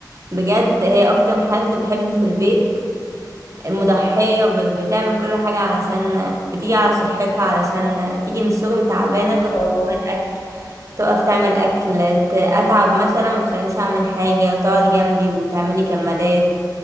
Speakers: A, on the right; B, on the left.
A: بجد هي اكتر حد بحبه في البيت مضحية ب- بتعمل كل حاجة علشان بتيجي على صحتها علشان تيجي من الشغل تعبانة تقف
B: ما شاء الله
A: تعمل أكل تقف تعمل أكل ت- أتعب مثلا ما تخلينيش أعمل حاجة وتقعد جنبي وتعملي كمادات